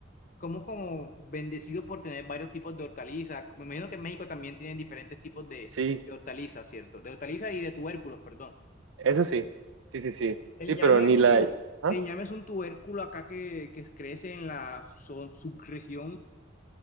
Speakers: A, on the left; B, on the right.
A: como como bendecidos por tener varios tipos de hortalizas. Me imagino que en México también tienen diferentes tipos de,
B: Sí,
A: de hortalizas, ¿cierto? De hortalizas y de tubérculos, perdón.
B: eso sí. Sí, sí, sí.
A: El
B: Sí,
A: ñame
B: pero ni
A: es un
B: la...
A: tu-
B: ¿Ah?
A: el ñame es un tubérculo acá que, que crece en la so- subregión